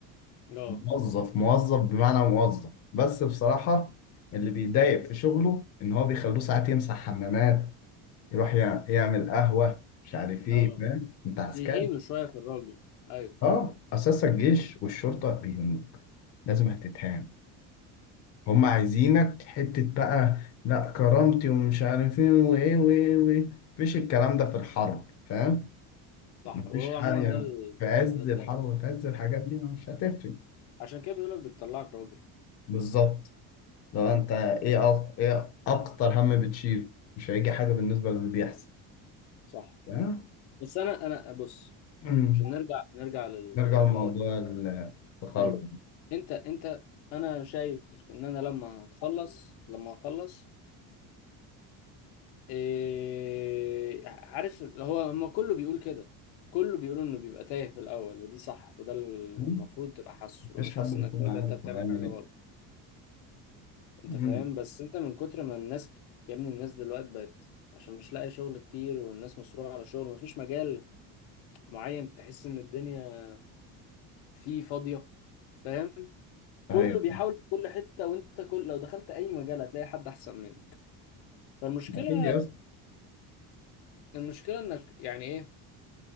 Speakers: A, on the left; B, on the left.
A: اه
B: موظف موظف بمعنى موظف بس بصراحة اللي بيضايق في شغله إن هو بيخلوه ساعات يمسح حمامات يروح يع- يعمل قهوة مش عارف إيه
A: اه
B: فاهم أنت عسكري
A: يهينوا شوية في الراجل أيوه
B: أه أساس الجيش والشرطة بيهنوك لازم هتتهان هم عايزينك حتة بقى لا كرامتي ومش عارف إيه وإيه وإيه وإيه مفيش الكلام ده في الحرب فاهم
A: صح
B: مفيش
A: وهو عموما
B: حاجة يعني
A: ده ال...
B: في عز
A: أيوه ده الدايق
B: الحرب وفي عز الحاجات دي مش هتفرق
A: عشان كده بيقولك بتطلعك راجل
B: بالظبط لو انت ايه أك... ايه اكتر هم بتشيله مش هيجي حاجه بالنسبه للي بيحصل
A: صح
B: تمام
A: بس أنا أنا بص
B: أمم.
A: عشان نرجع نرجع لل...
B: نرجع
A: لل...
B: لموضوع
A: هو-
B: التخرج
A: أيوه أنت أنت أنا شايف إن أنا لما هتخلص لما هخلص إيه عارف هو هما كله بيقول كده كله بيقول انه بيبقى تايه في الاول ودي صح وده المفروض
B: أمم.
A: تبقى حاسه
B: مفيش
A: لو مش حاسس
B: حد بيكون
A: انك تايه
B: عارف
A: يبقى انت بتعمل
B: هو هيعمل
A: حاجه
B: ايه
A: غلط انت
B: أمم.
A: فاهم بس انت من كتر ما الناس يا ابني الناس دلوقتي بقت عشان مش لاقي شغل كتير والناس مصروعه على شغل مفيش مجال معين تحس ان الدنيا فيه فاضيه فاهم كله
B: ايوه
A: بيحاول
B: فعلا
A: في كل حته وانت كل لو دخلت اي مجال هتلاقي حد احسن منك فالمشكله
B: اكيد يا اسطى
A: المشكله انك يعني ايه